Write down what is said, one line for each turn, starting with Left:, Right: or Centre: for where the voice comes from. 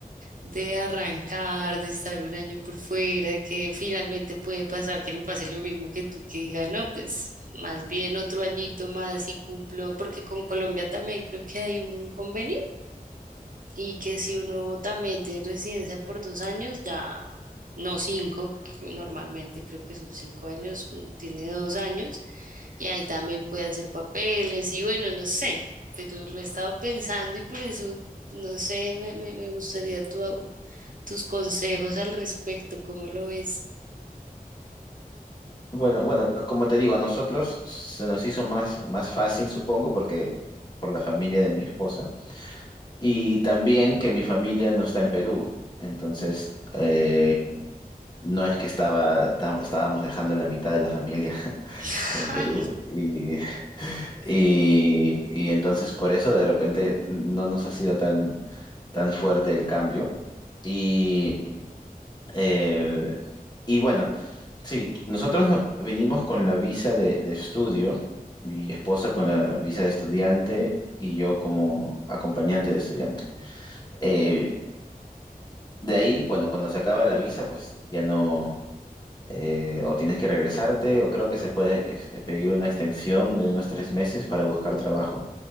Right: de arrancar, de estar un año por fuera, que finalmente puede pasar que me pase lo mismo que tú, que diga, no, pues más bien otro añito más y cumplo, porque con Colombia también creo que hay un convenio y que si uno también tiene residencia por dos años, ya no cinco, que normalmente creo que son cinco años, uno tiene dos años y ahí también puede hacer papeles y bueno, no sé, pero lo he estado pensando y por eso, no sé, me, me, me gustaría tu, tus consejos al respecto, ¿cómo lo ves?
Left: Bueno, bueno, como te digo, a nosotros se nos hizo más, más fácil, supongo, porque por la familia de mi esposa. Y también que mi familia no está en Perú. Entonces, eh, no es que estaba, tam- estábamos dejando la mitad de la familia <laughs>
Right: <laughs>
Left: en
Right: Ah,
Left: Perú. Y, y, y entonces por eso de repente no nos ha sido tan, tan fuerte el cambio. Y, eh, y bueno. Sí, nosotros no- venimos con la visa de, de estudio, mi esposa con la visa de estudiante y yo como acompañante de estudiante. Eh, de ahí, bueno, cuando se acaba la visa, pues ya no, eh, o tienes que regresarte, o creo que se puede ex- pedir una extensión de unos tres meses para buscar trabajo.